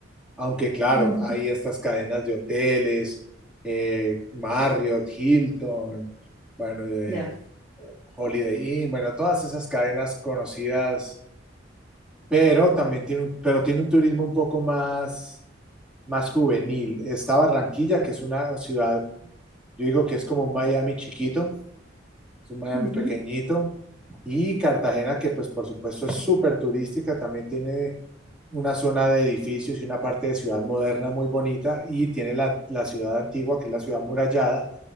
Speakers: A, in the centre; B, on the right (about 20°).
A: aunque claro,
B: ujú,
A: hay estas cadenas de hoteles, eh, Marriott, Hilton, bueno, eh,
B: Ya.
A: Holiday Inn, bueno, todas esas cadenas conocidas, pero también tiene un, pero tiene un turismo un poco más, más juvenil. Está Barranquilla, que es una ciudad, yo digo que es como un Miami chiquito, es un Miami
B: ujú,
A: pequeñito, y Cartagena, que pues por supuesto es súper turística, también tiene una zona de edificios y una parte de ciudad moderna muy bonita, y tiene la, la ciudad antigua, que es la ciudad murallada,